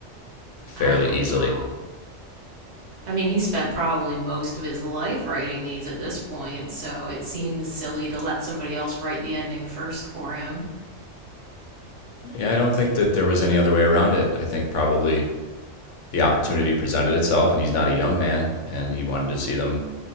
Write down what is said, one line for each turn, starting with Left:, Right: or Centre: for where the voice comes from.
Left: fairly
Right: I don't
Left: easily.
Right: know. I mean, he spent probably most of his life writing these at this point, so it seems silly to let somebody else write the ending first for him.
Left: Yeah, I don't think that there was any other way around it. I think probably the opportunity presented itself, and he's not a young man, and he wanted to see them